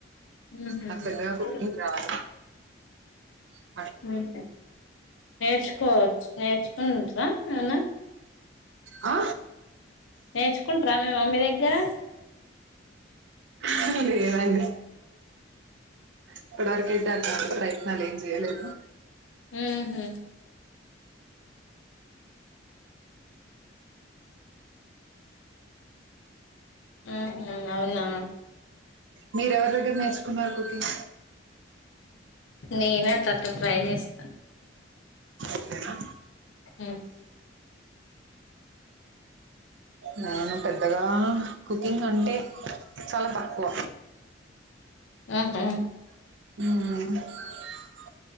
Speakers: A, on the left (about 85°); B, on the right (about 70°).
A: ఉహు
B: నాకు పెద్దగా కుకింగ్ రాదు. అండి
A: ఉహ్ నేర్చుకోవచ్చు నేర్చుకుంట్రా ఏమన్న
B: ఆ
A: నేర్చుకుంటార మీ మమ్మీ దగ్గర
B: హా లేదండి ఇప్పటి వరకయితే అ ప్రయత్నాలు ఏం చేయలేదు.
A: ఉహు ఉహ్ అవునా
B: మీరు ఎవరి దగ్గర నేర్చుకున్నారు. కుకింగ్
A: నేనే అట్లట్ల ట్రై చేస్తాన్
B: అంతేనా
A: హ
B: నేను పెద్దగా కుకింగ్ అంటే చాలా తక్కువ
A: ఆా
B: <unintelligible>